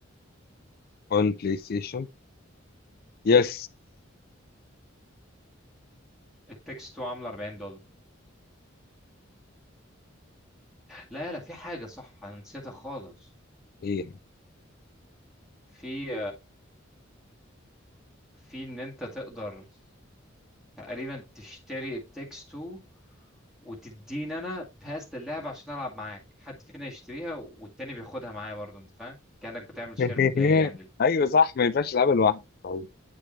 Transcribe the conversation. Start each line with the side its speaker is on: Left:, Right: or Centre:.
Left: on PlayStation يس
Centre: التكست عامله 40 دولار لا لا في حاجة صح أنا نسيتها خالص
Left: ايه
Centre: في في إن أنت تقدر تقريبا تشتري التكست 2 وتديني أنا باس اللعبة عشان ألعب معاك حد فينا يشتريها والتاني بياخدها معايا برضه أنت فاهم كأنك بتعمل
Left: <laughs>
Centre: شير بلاي يعني
Left: ايوه صح ما ينفعش العبها لوحدك طيب